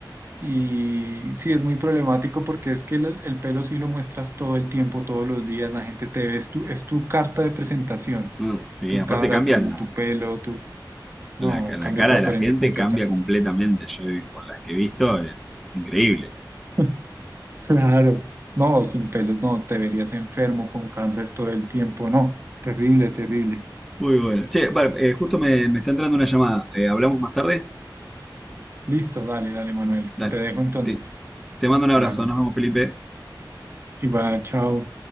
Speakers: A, on the right (about 35°); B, in the centre.
A: Y sí, es muy problemático porque es que el, el pelo sí lo muestras todo el tiempo, todos los días, la gente te ve, es tu, es tu carta de presentación,
B: Mm, sí,
A: tu
B: aparte
A: cara,
B: cambian
A: tu,
B: las,
A: tu pelo, tu... No,
B: la, ca-
A: cambia
B: la cara
A: tu apariencia
B: de la gente
A: completa.
B: cambia completamente. Yo he- vi- con las que he visto es, es increíble.
A: <laughs> Claro. No, sin pelos, no, te verías enfermo con cáncer todo el tiempo, no, terrible, terrible.
B: Muy bueno. Che, vale, eh, justo me, me está entrando una llamada. Eh, ¿hablamos más tarde?
A: Listo, dale, dale, Manuel,
B: Dale.
A: te dejo entonces,
B: Te, te mando un abrazo.
A: hablamos.
B: Nos vemos, Felipe.
A: Y va, chao.